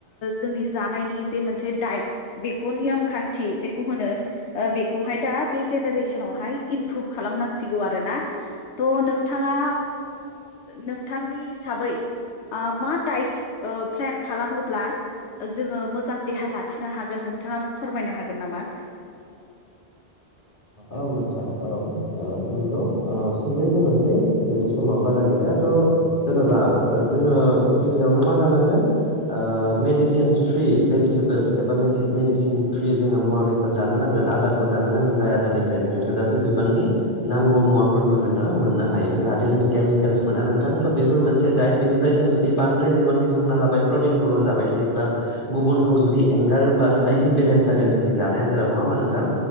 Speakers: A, on the left; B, on the left.
A: जोंनि जानायनि जे मोनसे डाइट बेखौ नियम खान्थि जेखौ होनो बेखौहाय दा बे जेनेरेसनावहाय इमप्रुभ खालामनांसिगौ आरोना। थ' नों नोंथाङा नोंथांनि हिसाबै मा दाय ओ प्लेन खालामोब्ला जोङो मोजां देहा लाखिनो हागोन नोंथां फोरमायनो हागोन नामा? <inaudible>
B: औ नोंथां औ नंगौ औ सुंदयै बुंनोसै जितु समाव बारा गैलाथ' जेन'बा जोङो गिबियावनो मा जानांगोन ओ मेडिसिनस फ्रि भेजिटेबोलस एबा मेडिसिन फ्रि जोङो मुवा बेसाद जानो नांगोन आदार मोजांआ नांगोन जाय आदारनिफ्राय जोंङो थोजासे बिबांनि नांगौ मुवाफोरखौ जोंङो मोननो हायो। जाहाथे जों केमिकेलस मोना नोंथांथ' बेफोर मोनसे दाइट बेनिफ्राय जों जुदि बांद्राय बिबांनि जों ना लाबाय प्रटिनखौल' जाबाय बाय थायोब्ला गुबुनखौ जुदि एंगारोब्ला जोंना इमबेलेन्स जागोन जोंनि जानाय आदारा। नंङा होमबा नोंथां?